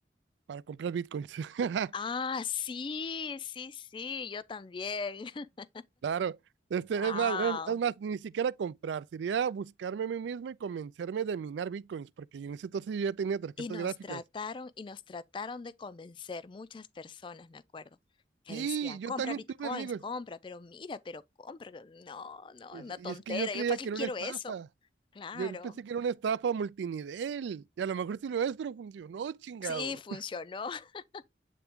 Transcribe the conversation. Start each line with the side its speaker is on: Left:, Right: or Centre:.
Right: para comprar bitcoins. <laughs>
Left: Ah, sí, sí, sí, yo también. <laughs>
Right: Claro, este,
Left: Wow.
Right: es más, es, es más, ni siquiera comprar, sería buscarme a mí mismo y convencerme de minar bitcoins, porque en ese entonces yo ya tenía tarjetas
Left: Y nos
Right: gráficas.
Left: trataron y nos trataron de convencer muchas personas, me acuerdo, que
Right: Sí,
Left: decían,
Right: yo
Left: compra
Right: también
Left: bitcoins,
Right: tuve amigos,
Left: compra, pero mira, pero compra. No, no,
Right: y,
Left: es una tontera,
Right: y es que yo creía
Left: ¿yo para qué
Right: que era
Left: quiero
Right: una estafa.
Left: eso? Claro,
Right: Yo pensé que era una estafa multinivel. Y a lo mejor sí lo es, pero funcionó, chingado.
Left: sí, funcionó. <laughs>